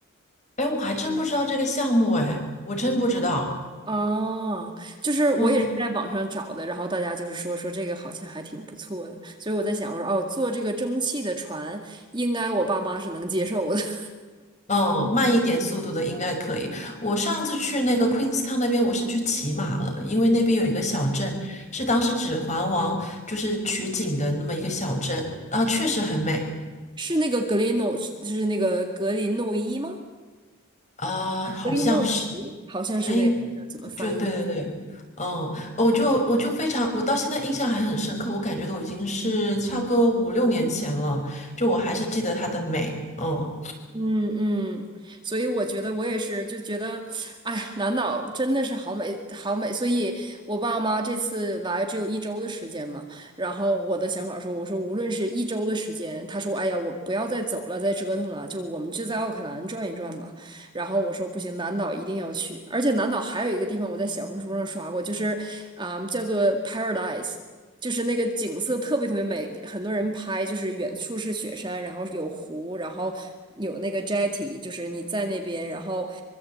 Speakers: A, on the left (about 30°); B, on the right (about 20°).
A: 哎，我还真不知道这个项目，哎，我真不知道。
B: 哦，就是我也是在网上找的，
A: 嗯
B: 然后大家就是说说这个好像还挺不错的，所以我在想，我说哦，坐这个蒸汽的船，应该我爸妈是能接受的。<laughs>
A: 嗯，慢一点速度的应该可以。我上次去那个 Queenstown 那边，我是去骑马了，因为那边有一个小镇，是当时《指环王》就是取景的那么一个小镇，啊、确实很美
B: 是那个格林诺，就是那个格林诺伊吗？
A: 啊、好像是。
B: 格林诺伊好像是那个，
A: 哎，
B: 叫怎么翻译？
A: 就对对对，嗯，我就我就非常，我到现在印象还很深刻，我感觉都已经是差不多五六年前了，就我还是记得它的美，嗯，
B: 嗯嗯，所以我觉得我也是，就觉得，哎呀，南岛真的是好美，好美。所以我爸妈这次来只有一周的时间嘛，然后我的想法说，我说无论是一周的时间，他说，哎呀，我不要再走了，再折腾了，就我们就在奥克兰转一转吧。然后我说不行，南岛一定要去，而且南岛还有一个地方我在小红书上刷过，就是啊、叫做 Paradise。就是那个景色特别特别美，很多人拍，就是远处是雪山，然后有湖，然后有那个 jetty，就是你在那边，然后